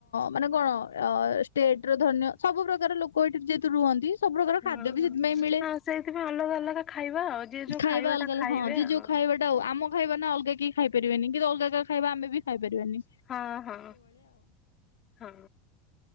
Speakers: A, on the left; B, on the left.
A: ମାନେ କଣ ଅ ଷ୍ଟେଟ ର ଧରିନିଅ ସବୁ ପ୍ରକାର ଲୋକ ଏଠି ଯେହେତୁ ରୁହନ୍ତି ସବୁ ପ୍ରକାର
B: ହୁଁ
A: ଖାଦ୍ୟ ବି ସେଥିପାଇଁ ମିଳେ।
B: ହଁ ସେଇଥିପାଇଁ ଅଲଗା ଅଲଗା ଖାଇବା ଆଉ। ଯିଏ ଯୋଉ
A: ଖାଇବା ଅଲଗା
B: ଟା
A: ଅଲଗା
B: ଖାଇବେ
A: ହଁ ଯେ
B: ଆଉ।
A: ଯୋଉ ଖାଇବାଟା ହଉ ଆମ ଖାଇବା ନା ଅଲଗା କି ଖାଇପାରିବେନି କିନ୍ତ ଅଲଗା କା ଖାଇବା ଆମେ ବି ଖାଇ ପାରିବାନି।
B: ହଁ ହଁ ହଁ।